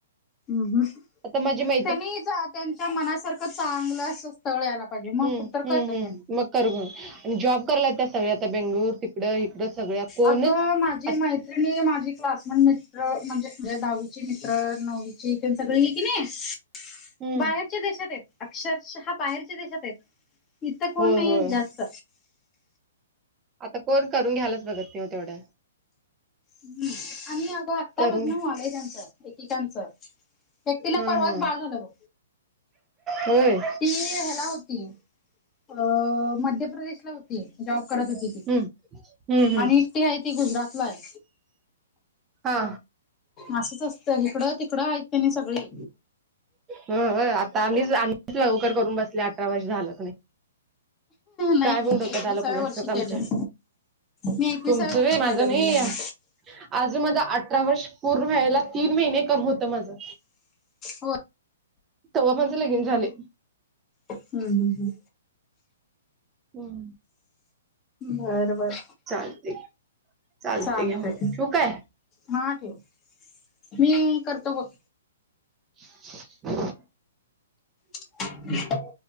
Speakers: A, on the left (about 25°); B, on the right (about 20°).
A: हम् हम.
B: आता माझी मा
A: त्यांनी त्यांच्या मनासारखं चांगलं अस स्थळ यायला पाहिजे
B: हम्म
A: मग कुठ तर कळत
B: हम्म
A: त्यांनी.
B: हम्म मग कर ग आणि जॉब करायला त्या सगळ्या आता बेंगलुर तिकडं इकडं सगळ्या. कोणच
A: अगं माझी
B: आत
A: माझी क्लासमेट मित्र म्हणजे दहावीची मित्र नववीची त्यां सगळी की नाही
B: हम्म
A: बाहेरच्या देशात आहेत अक्षरशः बाहेरच्या देशात आहेत. इथ कोण
B: होय
A: नाही
B: होय
A: येत जास्त.
B: आता कोण करून घ्यायलाच बघत नाही ओ तेवढं.
A: हम्म आणि अगं आत्ता
B: करून
A: लग्न
B: घ्या
A: व्हायलाय त्यांचं, एकेकांचं. एकटीला
B: हं
A: परवाच
B: हं
A: बाळ झालं.
B: होय.
A: ती ह्याला होती अ मध्य प्रदेशला होती. जॉब करत होती
B: हम्म
A: ती.
B: हम्म हम्म
A: आणि एकटी आहे ती गुजरातला आहे.
B: हा.
A: असंच असतं इकडं तिकडं आहेत तेनी सगळी.
B: ह आता आम्हीच-आम्हीच लवकर करून बसले अठरा वर्ष झाल की.
A: नाही
B: काय पण
A: मी
B: डोक्यात
A: एकविसाव्या
B: आलं कुणास
A: वर्षी
B: ठाऊक आमच्या
A: केलोय. मी एकविसाव्या
B: तुमचं
A: वर्षी
B: व्हय माझं
A: केलोय
B: नाही
A: बाई लग्न.
B: अजून माझा अठरा वर्ष पूर्ण व्हायला तीन महिने कम होतं माझं.
A: होय
B: तेव्हा माझे लगीन झालेय.
A: हम् हम् हम्.
B: हम्.
A: बरं बर.
B: चालते. चालते
A: चालतय
B: की मग. ठेवू काय?
A: हा ठेव. मी करतो बघ.
B: <inaudible>
A: <inaudible>